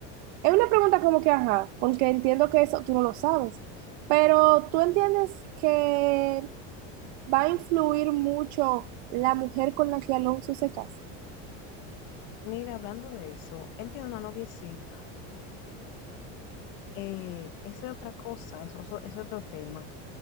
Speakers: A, on the right (about 65°); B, on the left (about 65°).
A: es una pregunta como que, ajá, porque entiendo que eso tú no lo sabes, pero tú entiendes que va a influir mucho la mujer con la que Alonso se casa.
B: mira, hablando de eso, él tiene una noviecita. Eh, esa es otra cosa, eso, eso- es otro tema.